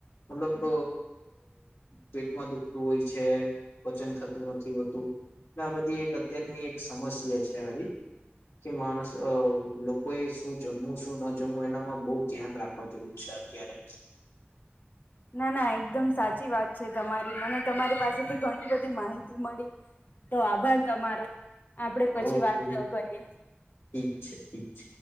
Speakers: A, on the left; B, on the left.
A: મતલબ પેટમાં દુખતું હોય છે. પચન થતું નથી હોતું આ બધી એક અત્યારની એક સમસ્યા છે આવી. કે માણસ અ લોકોએ શું જમવું શું ન જમવું એનામાં બવ ધ્યાન રાખ વા જેવું છે અત્યારે
B: ના ના એકદમ સાચી વાત છે તમારી મને તમારી પાસેથી ઘણી બધી માહિતી મળી. તો આભાર તમારો. આપડે પછી
A: ઓકે
B: વાત કરીએ.
A: ઠીક છે ઠીક છે